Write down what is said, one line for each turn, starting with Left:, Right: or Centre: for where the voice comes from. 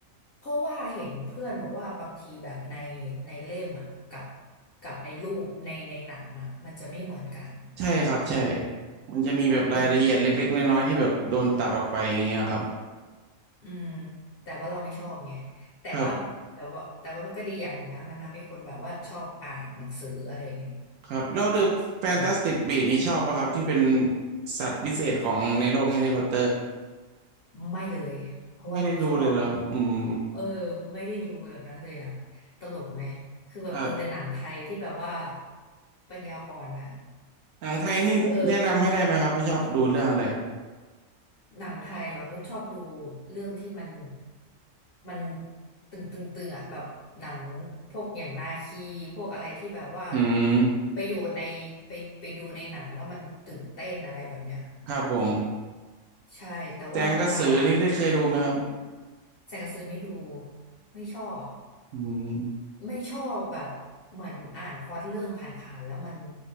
Left: เพราะว่าเห็นเพื่อนบอกว่าบางทีแบบในในเล่มอ่ะกับกับในรูปในในหนังอ่ะมันจะไม่เหมือนกัน
Right: ใช่ครับใช่ มันจะมีแบบรายละเอียดเล็กๆน้อยๆที่แบบโดนตัดออกไปอย่างเงี้ยครับ
Left: เอออืมแต่ว่าเราไม่ชอบไงแต่ว่าแต่ว่าแต่ว่ามันก็ดีอย่างหนึ่งนะมันทำให้คนแบบว่าชอบอ่านหนังสืออะไรอย่างเงี้ย
Right: ครับครับแล้ว The Fantastic
Left: เออ
Right: Beasts นี่ชอบปะครับที่เป็นสัตว์วิเศษของในโลกแฮร์รี่พอตเตอร์
Left: ไม่เลยเพราะว่าเราไม่ชอบ
Right: ไม่ได้ดูเลยเหรอครับอืม
Left: เออไม่ได้ดูแบบนั้นเลยอ่ะตลกไหมคือแบบดูแต่หนังไทยที่แบบว่า
Right: ครับ
Left: ปัญญาอ่อนอ่ะ
Right: หนังไทยนี่แนะนำให้ได้ไหมครับถ้าชอบดูเรื่องอะไร
Left: เออ หนังไทยเหรอนุชชอบดูเรื่องที่มันมันตึงตึงตึงอ่ะแบบหนังพวกอย่างนาคีพวกอะไรที่แบบว่า
Right: อืม
Left: ไปอยู่ในไปไปดูในหนังแล้วมันตื่นเต้นอะไรแบบเนี้ย
Right: ครับผม
Left: ใช่แต่ว่าหลัง
Right: แจงกระสือนี่ได้เคยดูไหมครับ
Left: ๆแสงกระสือไม่ดูไม่ชอบ
Right: อืม
Left: ไม่ชอบแบบเหมือนอ่านพล็อตเรื่องผ่านๆแล้วมัน